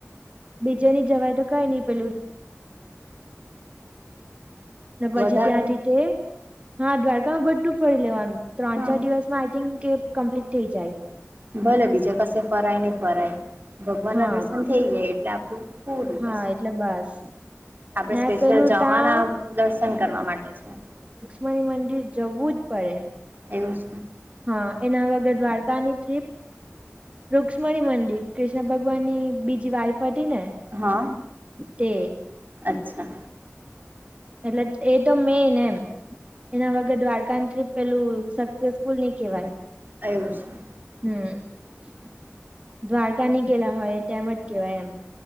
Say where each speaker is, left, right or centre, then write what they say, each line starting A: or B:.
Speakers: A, on the right; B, on the right.
A: બીજે ની જવાય તો કઈ નઈ પેલું? ને પછી
B: વધારે
A: ત્યાંથી તે હા દ્વારકામાં બધું ફરી લેવાનું. ત્રણ
B: હા
A: ચાર દિવસમાં આઈ થિંક કે કમ્પ્લીટ થઈ જાય.
B: ભલે બીજા કશે ફરાય નને ફરાય. ભગવાન
A: હા
B: ના દર્શન થઈ જાય એટલે આપણું પૂરું.
A: હા એટલે બસ
B: આપડણે
A: ને
B: સ્પેશિયલ
A: પેલું
B: જવાના
A: તા
B: દર્શન કરવા માટે છે.
A: મરી મંદિર જવું જ પડે.
B: એવું જ.
A: હા એના વગર દ્વારકાની ટ્રીપ. રુક્ષ્મણી મંદિર ક્રિષ્ણ ભગવાનની બીજી વાઈફ હતી ને.
B: હા
A: તે
B: અચ્છા.
A: એટલે એ તો મેન એમ એના વગર દ્વારકા ટ્રીપ પેલું સક્સેસફુલ નહી કેહેવાય?
B: એવું છે
A: હમ દ્વારકા ની ગેલા હોય તેમજ કેવાય એમ.